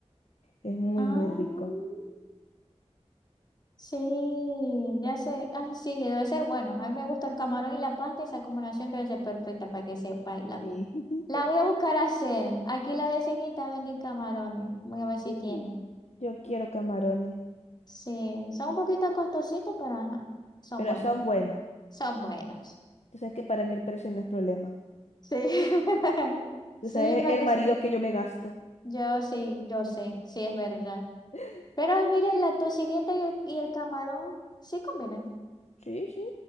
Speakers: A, on the left; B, on the left.
A: Es muy,
B: ah,
A: muy rico.
B: sí, ya sé. Ay, sí, debe ser bueno. A mí me gusta el camarón y la pasta, esa combinación debe ser perfecta para que sepa. y La,
A: Sí. <laughs>
B: la voy a buscar a hacer. Aquí la vecinita vende camarones. Voy a ver si
A: Mm.
B: tiene.
A: Yo quiero camarones,
B: Sí, son un poquito costositos, pero ajá, son
A: pero
B: buenos.
A: son buenos.
B: Son buenos.
A: Tú sabes que para mí el precio no es problema.
B: Sí. <laughs>
A: Tú
B: Sí,
A: sabes
B: para
A: el
B: que
A: marido
B: se...
A: que yo me gasto.
B: Yo sí, yo sé, sí es verdad.
A: <laughs>
B: Pero mira, y la tocineta y el, y el camarón sí combinan.
A: Sí, sí,